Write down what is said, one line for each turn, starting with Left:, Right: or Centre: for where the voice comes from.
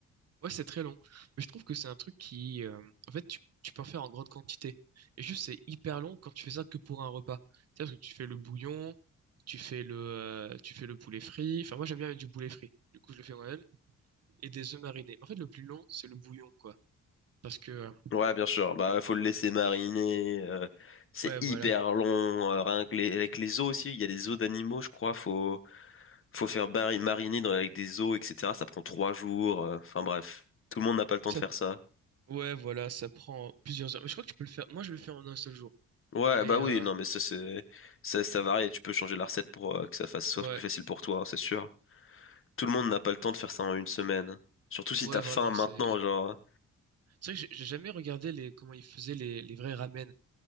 Right: ouais, c'est très long. Mais je trouve que c'est un truc qui, euh, en fait, tu, tu peux en faire en grande quantité. Et juste, c'est hyper long quand tu fais ça que pour un repas. C'est-à-dire que tu fais le bouillon, tu fais le, euh, tu fais le poulet frit. Enfin, moi, j'aime bien avec du poulet frit. Du coup, je le fais moi-même. Et des œufs marinés. En fait, le plus long, c'est le bouillon, quoi. Parce que, euh,
Left: Ouais, bien sûr. Bah, faut le laisser mariner. euh, c'est
Right: ouais,
Left: hyper
Right: voilà.
Left: long. euh, rien que les, avec les os aussi, il y a des os d'animaux, je crois. Faut, faut faire bari- mariner dans- avec des os, etc. Ça prend trois jours. euh, Enfin bref, tout le monde n'a pas le temps
Right: Ça
Left: de faire ça.
Right: Ouais, voilà, ça prend plusieurs heures. Mais je crois que tu peux le faire. Moi, je le fais en un seul jour.
Left: Ouais,
Right: Mais
Left: bah
Right: euh,
Left: oui, non, mais ça c'est, ça, ça varie. et Tu peux changer la recette pour euh, que ça fasse soit
Right: ouais,
Left: plus facile pour toi, hein, c'est sûr. Tout le monde n'a pas le temps de faire ça en une semaine. Surtout si
Right: ouais,
Left: t'as
Right: vraiment,
Left: faim maintenant,
Right: c'est.
Left: genre.
Right: C'est vrai que j'ai j'ai jamais regardé les comment ils faisaient les, les vrais ramen.